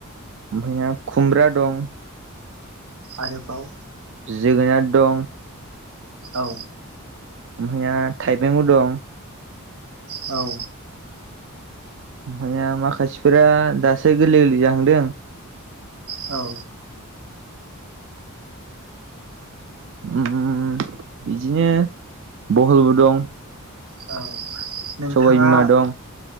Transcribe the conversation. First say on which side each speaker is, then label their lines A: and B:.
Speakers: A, on the right; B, on the right.
A: ओमफ्राय ना खुमब्रा दं
B: आरोबाव
A: जोगोनार दं
B: औ
A: ओमफाया थाइबेंबो दं
B: औ
A: ओमफाया माखासेफोरा दासो गोरलै गोरलै जाहांदों
B: औ
A: ओम बिदिनो बहलबो दं
B: औ नोंथाङा
A: सबाय बिमा दं